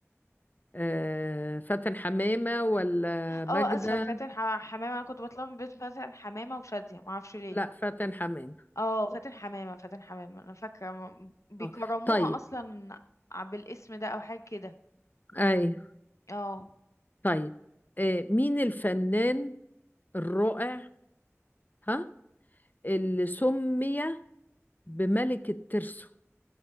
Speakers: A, on the left; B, on the left.
A: آه فاتن حمامة ولا ماجدة؟
B: اه اسفه فاتن ح- حمامه انا كنت بطلع من بيت فاتن حمامه وشاديه ما اعرفش ليه
A: لا فاتن حمامة
B: اه فاتن حمامه فاتن حمامه انا فاكره م- بيكرموها
A: اه طيب
B: اصلا ع- بالاسم ده او حاجه كده
A: أيوة
B: اه
A: طيب آه مين الفنان الرائع ها اللي سمي بملك الترسو